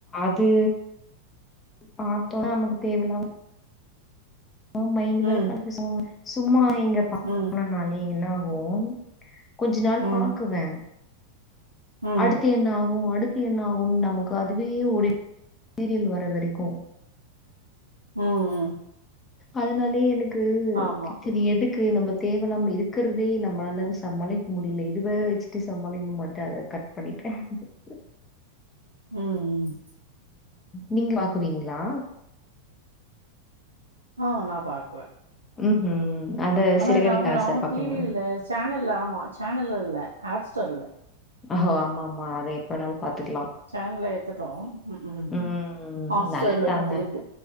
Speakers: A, on the left; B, on the right.
A: அது பாத்தோனா நமக்கு தேவல்லாம ஆ மைண்ட் வர
B: ம்
A: கெடச்சிச்சிங்க சும்மா இங்க பண்ணனுனாலே
B: ம்
A: என்ன ஆகு ஓன் கொஞ்ச நாள்
B: ம்
A: பாக்குவே
B: ம்
A: அடுத்து என்ன ஆகு அடுத் து என்ன ஆகு நமக்கு அதுவே ஓடிட் சீரியல் வர வரைக்கு
B: ம் ம்
A: அதனாலே எனக்கு
B: ஆமா
A: செரி எதுக்கு நம்ம தேவல்லாம இருக்றதே நம்மளால சமாளிக்க முடியல இது வேற வச்சிட்டு சமாளிக்கமாட்டே அத கட் பண்ணிட்டோ ஆ
B: ம் ம்
A: நீங்க பாக்குவீங்களா
B: ஆ நா பாக்குவே
A: ம்ஹ்ம். அத
B: ஆனா
A: சிறகடிக்க
B: நாங்க
A: ஆசை
B: நாங்களு
A: பாப்பீங்களா?
B: டிவில இல்ல சேனல்ல ஆமா சேனல் இல்ல ஹாட் ஸ்டார்ல
A: அஹோ ஆமா ஆமா அத எப்பனாலு பாத்துக்கலா
B: சேனல எடுத்துட்டோ ம் ம்
A: ம்.
B: ஹாட்
A: நல்லதுதாங்க.
B: ஸ்டார்ல பாத்துக்குறது